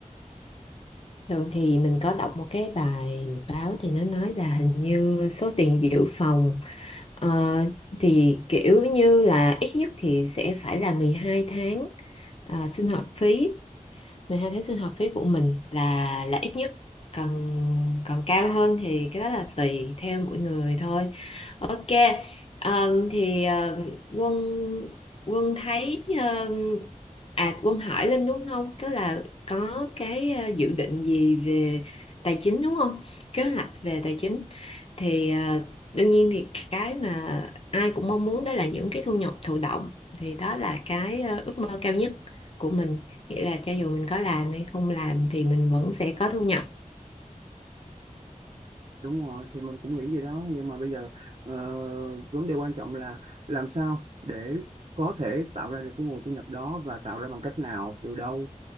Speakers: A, on the left; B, on the right.
A: Thường thì mình có đọc một cái bài báo thì nó nói là hình như số tiền dự phòng Ờ, thì kiểu như là ít nhất thì sẽ phải là 12 tháng ờ, sinh hoạt phí 12 tháng sinh hoạt phí của mình là là ít nhất còn còn cao hơn thì cái đó là tùy theo mỗi người thôi ok ờm, thì ờm, quân quân thấy ờm, à quân hỏi Linh đúng không đó là có cái ờ, dự định gì về tài chính đúng không kế hoạch về tài chính thì ờ, đương nhiên thì cái mà ai cũng mong muốn đó là những cái thu nhập thụ động thì đó là cái ờ, ước mơ cao nhất của mình nghĩa là cho dù mình có làm hay không làm thì mình vẫn sẽ có thu nhập
B: đúng rồi thì mình cũng nghĩ gì đó nhưng mà bây giờ ờ, vấn đề quan trọng là làm sao để có thể tạo ra được cái nguồn thu nhập đó và tạo ra bằng cách nào từ đâu